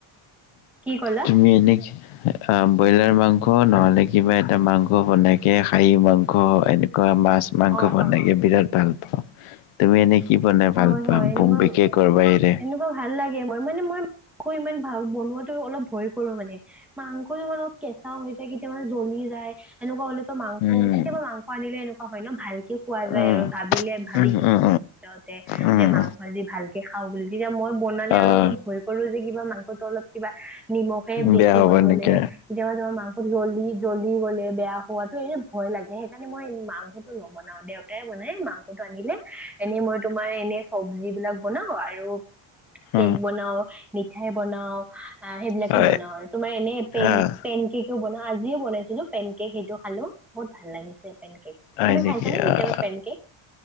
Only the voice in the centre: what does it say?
কি ক'লা
অ
অ
হয়
হয়
এনেকুৱা
এনেকুৱা ভাল লাগে। মই মানে, মই মাংস ইমান ভাল, বনোৱাতো অলপ ভয় কৰোঁ মানে মাংসটো অলপ কেঁচা হৈ যায়, কেতিয়াবা জ্বলি যায় এনেকোৱা হলেতো মাংস
কেতিয়াবা মাংস আনিলে এনেকোৱা হয় ন ভালকে খোৱা যায়
আৰু ভাবিলে ভাবি
যে
যে
মাংস আজি ভালকে খাও বুলি তেতিয়া মই বনালে
আৰু অলপ ভয় কৰো যে কিবা মাংসটো অলপ কিবা নিমখে বেছি
হৈ গলে
কেতিয়াবা তোমাৰ মাংসটো জ্বলি জ্বলি গ'লে বেয়া হোৱাতো এ ভয় লাগে সেইকাৰণে মই মাংসটো নবনাও দে দেউতাই বনাই মাংসটো আনিলে এনে মই তোমাৰ এনে চব্জি বিলাক বনাও আৰু
কেক বনাও মিঠাই বনাও আ সেইবিলাকে
বনাও আৰু তোমাৰ এনে পেন
পেন কেকও বনাও আজিও বনাইছিলো পেন কেক সেইটো খালো বহুত ভাল লাগিছে পেন কেক
তুমি
খাইছানে কেতিয়াবা
Pancake?